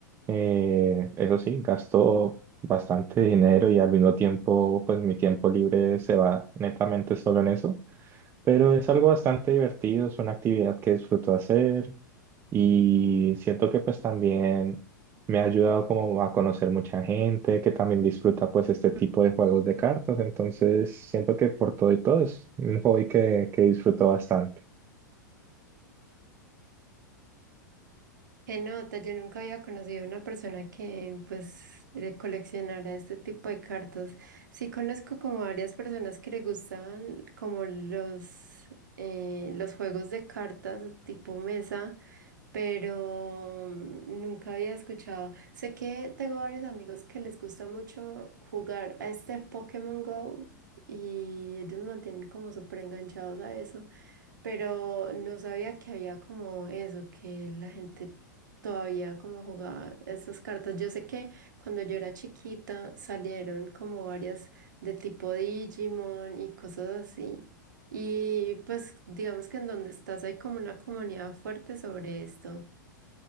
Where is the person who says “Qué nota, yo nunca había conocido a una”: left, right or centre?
Right